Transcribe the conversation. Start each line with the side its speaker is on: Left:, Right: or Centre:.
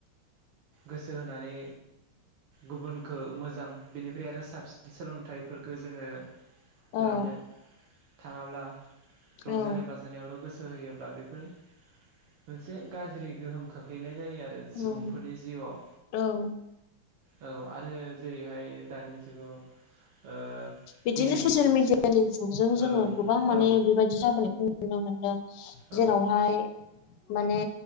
Right: गोसो होनानै गुबुनखौ मोजां बिनिफ्राय आरो साबसिन सोलोंथाइफोरखौ जोङो
Left: औ
Right: लानो थाङाब्ला रंजानाय
Left: औ
Right: बा जानायावल' गोसो होयोब्ला बेफोर मोनसे गाज्रि गोहोम खोख्लैनाय जायो आरो सुबुंफोरनि
Left: औ
Right: जिउआव
Left: औ
Right: औ आरो जेरैहाय दानि जुगाव ओ
Left: बिदिनो
Right: गेमिं
Left: ससियेल मिडियानि जुगजों जोङो
Right: ओं
Left: गोबां माने
Right: औ जादों
Left: बेबायदि जाबोनायखौ नुनो मोनदों
Right: जोंनि
Left: जेरावहाय माने